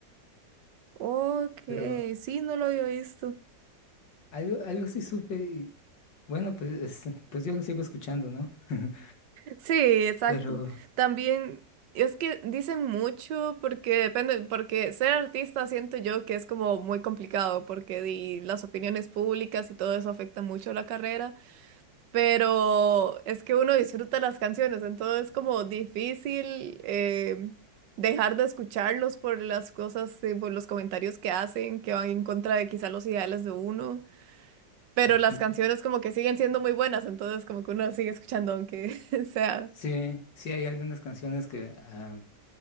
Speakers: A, on the right (about 80°); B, on the left (about 85°).
A: ok,
B: Pero
A: sí, no lo había visto.
B: algo, algo sí supe y bueno, pues, es- pues yo lo sigo escuchando, ¿no? <laughs>
A: Sí, exacto.
B: Pero
A: También es que dicen mucho porque depende, porque ser artista siento yo que es como muy complicado porque di- las opiniones públicas y todo eso afecta mucho la carrera, pero es que uno disfruta las canciones, entonces es como difícil eh, dejar de escucharlos por las cosas, eh, por los comentarios que hacen, que van en contra de quizá los ideales de uno, pero
B: ujú,
A: las canciones como que siguen siendo muy buenas, entonces como que uno las sigue escuchando aunque <laughs> sea.
B: sí, sí hay algunas canciones que... ah,